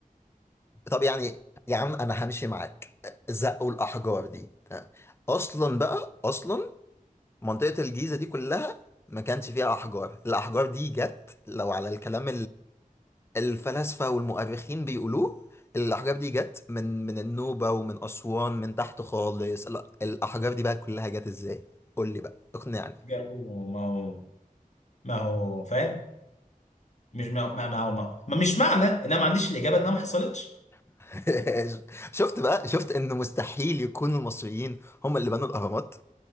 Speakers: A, on the left (about 15°); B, on the left (about 55°).
A: طب يعني يا عم انا همشي معاك زقوا الاحجار دي اصلا بقى اصلا منطقة الجيزة دي كلها ما كانش فيها احجار الاحجار دي جت لو على الكلام الفلاسفة والمؤرخين بيقولوه الأحجار دي جت من من النوبة ومن أسوان من تحت خالص لا الأحجار دي بقى كلها جت إزاي؟ قول لي بقى اقنعني
B: جابوا ما هو ما هو فاهم مش ما ما ما هو ما, ما مش معنى ان انا ما عنديش الاجابه انها ما حصلتش
A: <laughs> شفت بقى شفت إن مستحيل يكون المصريين هم اللي بنوا الأهرامات